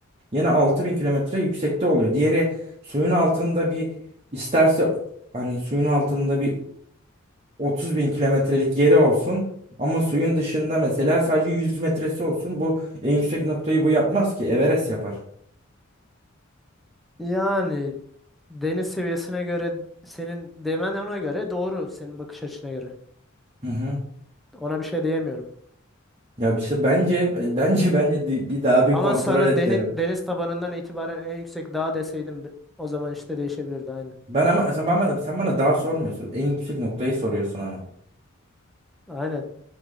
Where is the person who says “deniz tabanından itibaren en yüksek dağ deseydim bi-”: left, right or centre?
Centre